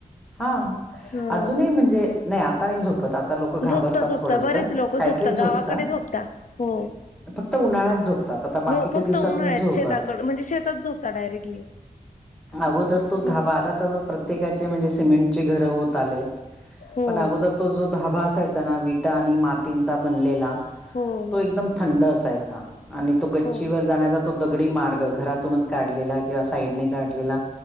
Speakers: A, in the centre; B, on the left.
A: हा,
B: ह
A: अजूनही म्हणजे नाही आता नाही झोप आता लोक घाबरतात
B: झोपता झोपता
A: थोडस,
B: बरेच लोक
A: काय
B: झोपता
A: काय झोपत
B: गावाकडे झोपता हो.
A: फक्त उन्हाळ्यात झोपतात आता
B: हो
A: बाकीच्या
B: फक्त
A: दिवसात
B: उन्हाळ्यात
A: नाही झोपत.
B: शेताकड म्हणजे शेतात झोपता डायरेक्टली.
A: अगोदर तो
B: हम्म
A: धाबा आता तर प्र प्रत्येकाचे म्हणजे सिमेंटचे घरं होत आलेत,
B: हो
A: पण अगोदर तो जो धाबा असायचा ना विटा आणि मातींचा बनलेला
B: हो
A: तो
B: हो
A: एकदम थंड असायचा. आणि तो गच्चीवर
B: हो
A: जाण्याचा तो दगडी मार्ग घरातूनच काढलेला किंवा साईडने काढलेला